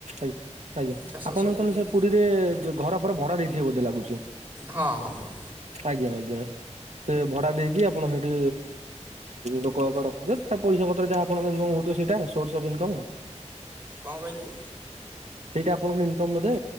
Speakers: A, on the right; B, on the right.
A: ଆଜ୍ଞା ଆଜ୍ଞା
B: ଚାଷ
A: ଆପଣ
B: ସବୁ
A: ତନ
B: ହୁଏ
A: ସେ ପୁରୀରେ ଯ ଘର ଫର ଭଡା ଦେଇଥିବେ ବୋଧେ ଲାଗୁଛି।
B: ହଁ ହବ।
A: ଆଜ୍ଞା ଆଜ୍ଞା। ସେ ଭଡା ଦେଇକି ଆପଣ ସେଠି ଲୋକ ରଖୁଥିବେ ତା ପଇସା ପତ୍ର ଯାହା ଆପଣଙ୍କ ଇନକମ ହଉ ସେଇଟା ସୋର୍ସ ଅଫ୍ ଇନକମ୍।
B: କଣ କହିଲେ?
A: ସେଇଟା ଆପଣଙ୍କୁ ଇନକମ ବୋଧେ